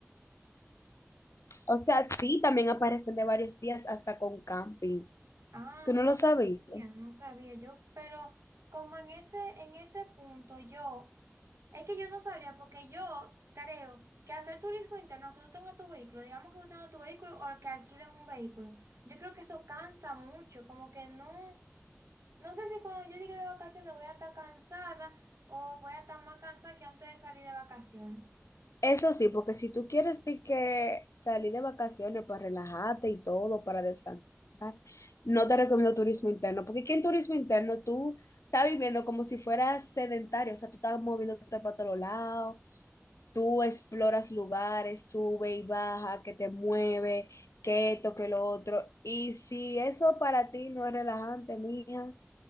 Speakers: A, on the left; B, on the right.
A: O sea, sí, también aparecen de varios días hasta con camping.
B: Ah.
A: Tú no lo sabías?
B: ya no sabía yo, pero como en ese, en ese punto yo, es que yo no sabría, porque yo creo que hacer turismo interno, que tú tengas tu vehículo, digamos que tú tengas tu vehículo o que alquiles un vehículo, yo creo que eso cansa mucho, como que no, no sé si cuando yo llegue de vacaciones voy a estar cansada o voy a estar más cansada que antes de salir de vacaciones.
A: Eso sí, porque si tú quieres de que salir de vacaciones para relajarte y todo, para descansar, no te recomiendo turismo interno, porque aquí en turismo interno tú estás viviendo como si fueras sedentario, o sea, tú estás moviéndote para todos lados, tú exploras lugares, sube y baja, que te mueve, que esto, que lo otro. Y si eso para ti no es relajante, mija,